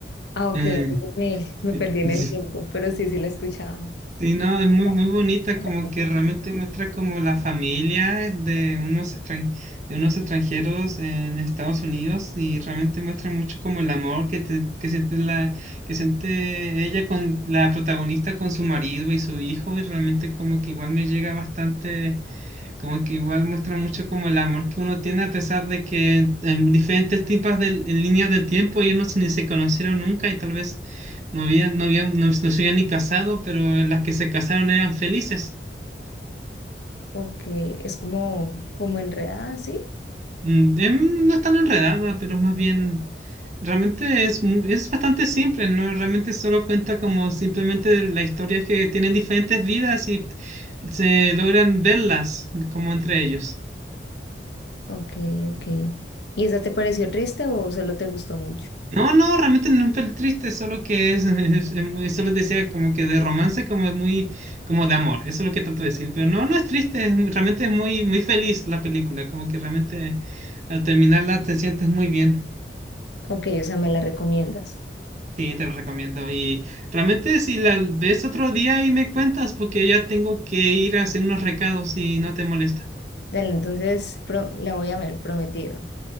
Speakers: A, on the left (about 80°); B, on the right (about 40°).
A: Ah, ok,
B: Eh,
A: entonces me, me
B: sí,
A: perdí en
B: <laughs>
A: el
B: sí.
A: tiempo, pero sí, sí la he escuchado.
B: Sí, no, es muy,
A: Ya,
B: muy bonita,
A: cuenta,
B: como
A: me
B: que
A: cuenta.
B: realmente muestra como la familia de unos, extran- de unos extranjeros en Estados Unidos y realmente muestra mucho como el amor que, te- que siente la, que siente ella con la protagonista con su marido y su hijo y realmente como que igual me llega bastante como que igual muestra mucho como el amor que uno tiene a pesar de que en diferentes tipos de en líneas del tiempo ellos no se- ni se conocieron nunca y tal vez no habían, no habían, no, no se habían ni casado, pero las que se casaron eran felices.
A: Ok, es como, como enredada, ¿sí?
B: Mm, em, No es tan enredada, pero más bien realmente es, mu- es bastante simple, ¿no? Realmente solo cuenta como simplemente la historia es que tienen diferentes vidas y se logran verlas como entre ellos.
A: Ok, ok. ¿Y esa te pareció triste o solo te gustó mucho?
B: No, no, realmente no es triste, solo que es, es- es muy, solo te decía como que de romance, como es muy, como de amor, eso es lo que trato de decir, pero no, no es triste, es muy- realmente es muy, muy feliz la película, como que realmente al terminarla te sientes muy bien,
A: Ok, o sea, me la recomiendas.
B: sí, te lo recomiendo, y realmente si la ves otro día y me cuentas, porque ya tengo que ir a hacer unos recados y no te molesta,
A: Dale, entonces pro- la voy a ver, prometido.